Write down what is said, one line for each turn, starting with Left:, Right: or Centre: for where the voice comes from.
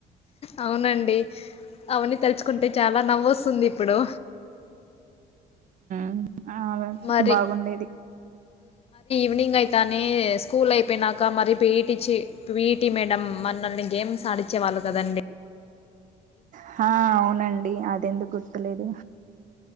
Left: అవునండి అవన్నీ తలుచుకుంటే చాలా నవ్వు వొస్తుంది ఇప్పుడు.
Right: మ్ ఆ అలాగే
Left: మరి
Right: బాగుండేది.
Left: వినింగ్ అయితనే స్కూల్ అయిపోయినాక, మరి పి ఈటి చి పిటీ మేడం మనల్ని గేమ్స్ నడిచేవాళ్ళు గదండి.
Right: హ అవునండి అది ఎందుకు గుర్తులేదు